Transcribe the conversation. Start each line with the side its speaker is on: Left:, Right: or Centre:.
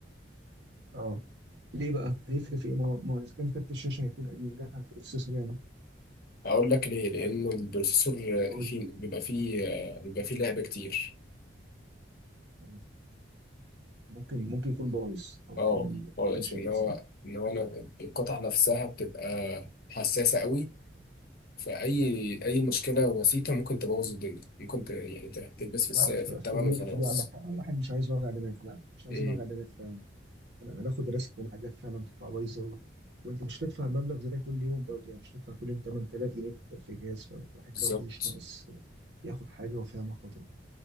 Right: اه ليه بقى هيفرق في ايه ما هو ما هو اذا كان كارت الشاشه هيكون قديم جات على البروسيسور يعني
Left: أقول لك ليه لأنه البروسيسور آه،
Right: قول
Left: فيه
Right: لي
Left: بيبقى فيه آه، بيبقى فيه لعب كتير
Right: مم. ممكن ممكن يكون بايظ او
Left: اه
Right: في
Left: خالص
Right: في مشاكل
Left: لأن هو
Right: صح
Left: إن هو أنا القطعة نفسها بتبقى حساسة أوي فأي أي مشكلة بسيطة ممكن تبوظ الدنيا ممكن ت... يعني ت- تلبس
Right: لا
Left: في الس... في
Right: ف- في
Left: التمن
Right: دي
Left: وخلاص
Right: في دي عندك حق الواحد مش عايز وجع دماغ لا مش عايزين
Left: ايه
Right: وجع دماغ انا هناخد ريسك وحاجات فعلا تطلع بايظه و... وانت مش هتدفع مبلغ زي ده كل يوم برضه يعني مش هتدفع كل يوم 8000 جنيه في في جهاز فالواحد
Left: بالظبط
Right: برضه مش ناقص ياخد حاجه وفيها مخاطر